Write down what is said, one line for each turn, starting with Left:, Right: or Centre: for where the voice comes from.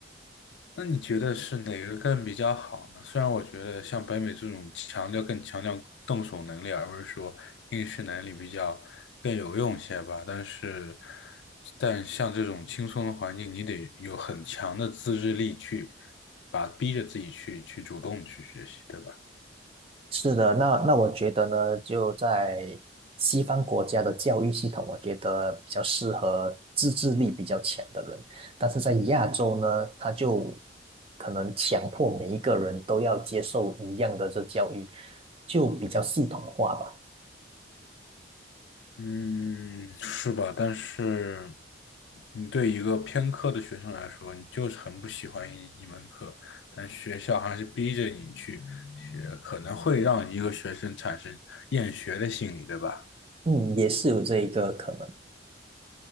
Left: 那你觉得是哪个更比较好呢？虽然我觉得像北美这种强调更强调动手能力，而不是说应试能力比较更有用些吧，但是但像这种轻松的环境，你得有很强的自制力去把逼着自己去去主动去学习，对吧？
Right: 是的，那那我觉得呢，就在西方国家的教育系统，我觉得比较适合自制力比较强的人，但是在亚洲呢，他就可能强迫每一个人都要接受一样的这教育，就比较系统化吧。
Left: 嗯，是吧？但是，你对一个偏科的学生来说，你就是很不喜欢一一门课，但学校还是逼着你去学，可能会让一个学生产生厌学的心理，对吧？
Right: 嗯，也是有这一个可能。